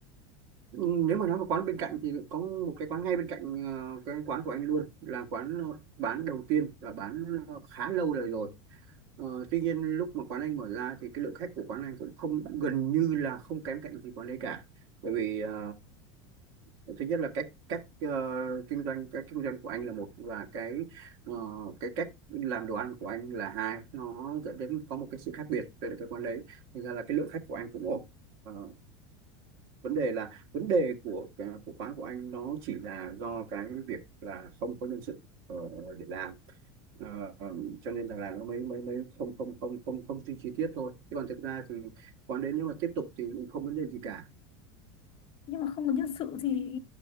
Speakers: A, on the right; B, on the left.
A: ừ, nếu mà nói một quán bên cạnh thì có một cái quán ngay bên cạnh ờ, cái quán của anh luôn là quán ờ, bán đầu tiên và bán ờ, khá lâu đời rồi Ờ, tuy nhiên lúc mà quán anh mở ra thì cái lượng khách của quán anh cũng không gần như là không kém cạnh gì quán đấy cả bởi vì ờ, thứ nhất là cách cách ờ, kinh doanh cái kinh doanh của anh là một và cái ờ, cái cách làm đồ ăn của anh là hai nó dẫn đến có một cái sự khác biệt về cái quán đấy thành ra là cái lượng khách của anh cũng ổn Ờ, vấn đề là vấn đề của của quán của anh nó chỉ là do cái việc là không có nhân sự ờ, để làm Ờ, cho nên là, là nó mới mới mới không không không không không suy chi tiết thôi chứ còn thực ra thì quán đến nếu mà tiếp tục thì không vấn đề gì cả
B: nhưng mà không có nhân sự thì